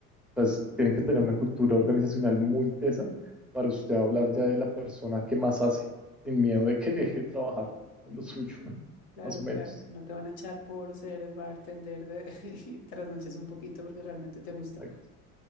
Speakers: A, in the centre; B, on the left.
A: O sea, es- tienen que tener una cultura organizacional muy tesa para usted hablar ya de la persona que más hace, sin miedo de que deje de trabajar en lo suyo, <laughs>
B: claro,
A: más o menos.
B: claro, no te van a echar por ser bartender de, <laughs> y trasnoches un poquito porque realmente te gusta.
A: Exact-